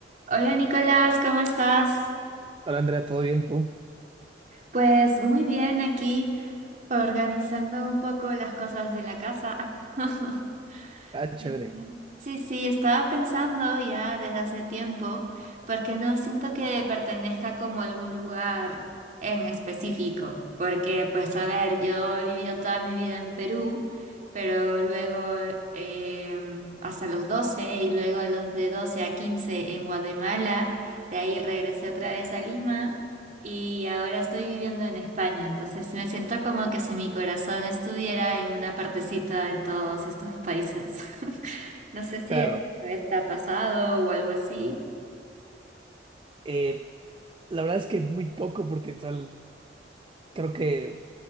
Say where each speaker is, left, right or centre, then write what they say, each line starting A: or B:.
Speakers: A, on the right; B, on the right.
A: Hola Nicolás, ¿cómo estás?
B: Hola Andrea, ¿todo bien tú?
A: Pues muy bien aquí, organizando un poco las cosas de la casa. <laughs>
B: Ah, chévere.
A: Bien, bien. Sí, sí, estaba pensando ya desde hace tiempo, porque no siento que pertenezca como a algún lugar en específico, porque pues a ver, yo he vivido toda mi vida en Perú, pero luego em, hasta los 12 y luego a los de 12 a 15 en Guatemala, de ahí regresé otra vez a Lima. y ahora estoy viviendo en España, entonces me siento como que si mi corazón estuviera en una partecita en todos estos países. <laughs> No sé si
B: Claro.
A: a vez te ha pasado o algo así.
B: Eh, la verdad es que muy poco porque tal, creo que